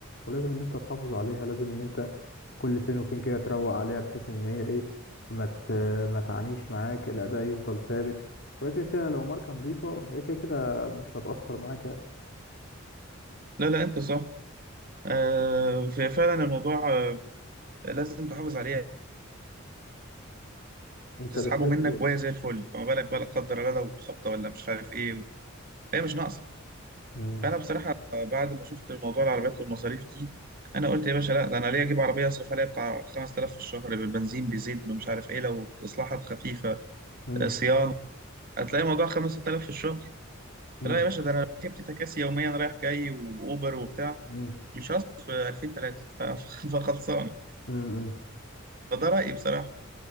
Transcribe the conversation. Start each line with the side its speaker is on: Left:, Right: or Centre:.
Left: ولازم ان انت تحافظ عليها لازم ان انت كل فين وفين كده تروق عليها بحيث ان هي ايه ما ت- ما تعانيش معاك الاداء يفضل ثابت وهي كده كده لو ماركة نظيفة هي كده كده مش هتأثر معاك يعني
Right: لا لا انت صح آه ف- فعلا الموضوع آه لازم تحافظ عليه
Left: انت
Right: تسحبه
Left: بتحب
Right: منك
Left: ايه
Right: وهي زي الفل فما بالك بقى لا قدر الله لو خبطه ولا مش عارف ايه فهي مش ناقصه
Left: مم.
Right: فانا بصراحه بعد ما شفت الموضوع العربيات والمصاريف دي انا قلت يا باشا لا ده انا ليه اجيب عربيه اصرف عليها بتاع 5000 في الشهر بالبنزين بزيت مش عارف ايه لو اصلاحات خفيفه
Left: مم.
Right: آه، صيانه هتلاقي الموضوع 5000 في الشهر
Left: مم.
Right: لا يا باشا ده انا لو ركبت تكاسي يوميا رايح جاي واوبر وبتاع
Left: مم.
Right: مش هصرف 2000 3 <laughs> فخلصان
Left: مم.
Right: فده رأيي بصراحة